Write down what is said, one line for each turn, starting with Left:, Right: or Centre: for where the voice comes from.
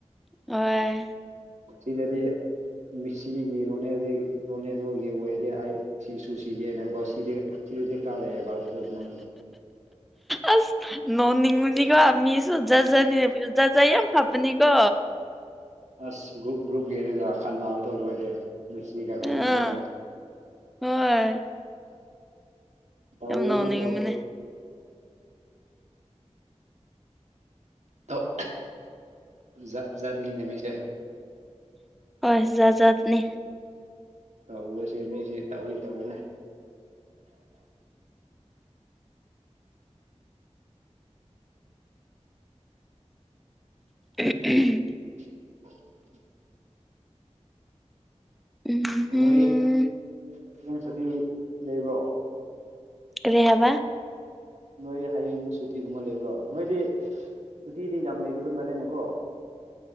Centre: <unintelligible>
Right: ꯄꯨꯟꯁꯤꯗꯗꯤ ꯃꯤꯁꯤꯒꯤ ꯔꫭꯅ‌ꯦꯗ‌ꯦ ꯔꯣꯅꯦꯗꫭꯒꯤ ꯑꯣꯏꯔ ꯑꯩ ꯁꯤꯁꯨ ꯁꯤꯒꯦꯅꯀꯣ ꯁꯤ ꯁꯤꯔꯗꯤ ꯀꯥ ꯂꯩꯑꯦꯕꯕꯥ ꯃꯅꯤ <unintelligible>
Centre: ꯑꯁ ꯅꯣꯛ ꯃꯨꯅꯤꯀꯣ ꯃꯤꯁꯨ ꯖꯥꯖꯥꯅꯤꯖꯖ <unintelligible> ꯌꯥꯝ ꯂꯥꯛꯄꯅꯤ ꯀꯣ
Right: ꯑꯁ ꯒ꯭ꯔꯨꯞ ꯒ꯭ꯔꯨꯞ ꯌꯦꯅꯒ ꯈꯥꯟ ꯅꯥꯕꯗ ꯂꯣꯏꯔꯦ ꯃꯤꯁꯤꯒ ꯔꫭꯅꯥꯜꯗꫭ
Centre: ꯑꯥ
Right: ꯐ‌ꯦꯟ
Centre: ꯍꯣꯏ
Right: ꯇꯧꯕꯗꯤ
Centre: ꯌꯥꯝ ꯅꫭꯛꯅꯤꯡꯕꯅꯦ
Right: ꯇꯧ ꯇꯧ ꯖꯥꯠ ꯖꯥꯠꯅꯤꯅꯦ ꯃꯤꯁꯦ
Centre: ꯍꯣꯏ ꯖꯥꯠ ꯖꯠꯅꯤ
Right: ꯇꯧꯕꯁꯦ ꯃꯤꯁꯤ ꯇꯧꯎꯏ ꯇꯧꯏꯅꯦ
Centre: <unintelligible>
Right: <unintelligible>
Centre: ꯎꯝꯍꯨꯝ
Right: ꯅꯣꯏ ꯍꯌ‌ꯦꯡ ꯁꯨꯇꯤ ꯂꯩꯕ꯭ꯔꯣ
Centre: ꯀꯔꯤ ꯍꯥꯢꯕ
Right: ꯅꯣꯏ ꯍꯌꯦꯡ ꯁꯨꯇꯤꯒꯨꯝꯕ ꯂꯩꯕ꯭ꯔꯣ ꯅꯣꯏꯗꯤ ꯁꯨꯇꯤꯗꯤ ꯌꯥꯝ ꯂꯩꯇꯕ ꯃꯥꯜꯂꯦꯅꯦꯀꯣ